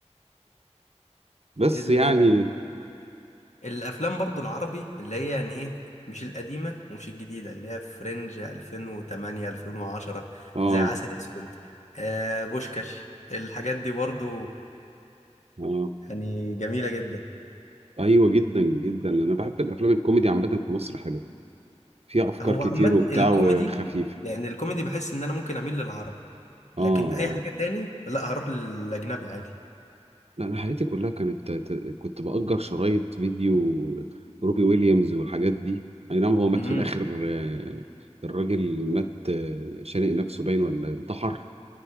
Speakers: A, on the right; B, on the left.
A: بس
B: <laughs> ال...
A: يعني
B: الافلام برضه العربي اللي هي يعني ايه مش القديمه ومش الجديده اللي هي فرنج 2008 2010
A: اه
B: زي عسل اسود آه بوشكاش الحاجات دي برضه
A: اه
B: يعني جميله جدا
A: ايوه جدا جدا انا بحب الافلام الكوميدي عامه في مصر حلوه فيها افكار
B: هو
A: كتير
B: عامه
A: وبتاع
B: الكوميدي
A: وخفيفه
B: يعني الكوميدي بحس ان انا ممكن اميل للعربي
A: اه
B: لكن
A: اه
B: اي حاجه تاني لا هروح للاجنبي عادي
A: لا انا حياتي كلها كانت ت- كنت باجر شرايط فيديو روبي ويليامز والحاجات دي اي نعم هو مات
B: امم
A: في الاخر آه، الراجل مات آه، شانق نفسه باين ولا انتحر